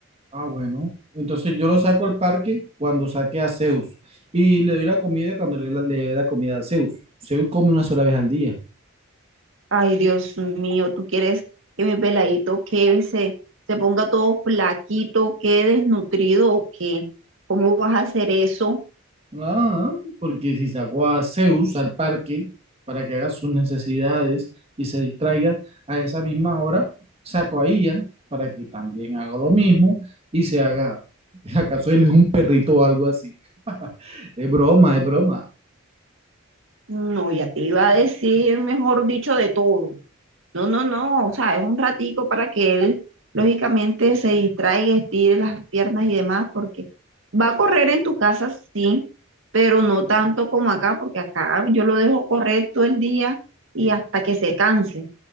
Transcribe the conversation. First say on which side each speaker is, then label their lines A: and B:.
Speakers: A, on the right; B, on the right.
A: Ah, bueno. Entonces yo lo saco al parque cuando saque a Zeus y le doy la comida cuando le, la- le dé la comida a Zeus. Zeus come una sola vez al día.
B: Ay, Dios mío, tú quieres que mi peladito que se, se ponga todo flaquito, quede desnutrido o qué? ¿Cómo vas a hacer eso?
A: Ah, porque si saco a Zeus al parque para que haga sus necesidades y se distraiga a esa misma hora, saco a Ian para que también haga lo mismo y se haga, <laughs> ¿acaso él es un perrito o algo así? <laughs> Es broma, es broma.
B: No, ya te iba a decir, mejor dicho, de todo. No, no, no, o sea, es un ratico para que él lógicamente se distraiga, estire las piernas y demás, porque va a correr en tu casa, sí, pero no tanto como acá, porque acá yo lo dejo correr todo el día y hasta que se canse.